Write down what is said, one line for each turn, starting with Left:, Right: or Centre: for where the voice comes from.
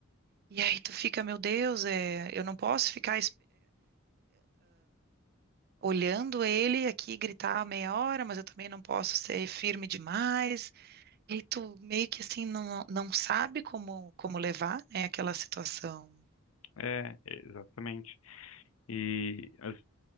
Right: E aí tu fica, meu Deus, é, eu não posso ficar olhando ele aqui gritar meia hora, mas eu também não posso ser firme demais. E tu meio que assim não, não sabe como, como levar, né, aquela situação.
Left: É, exatamente. E as-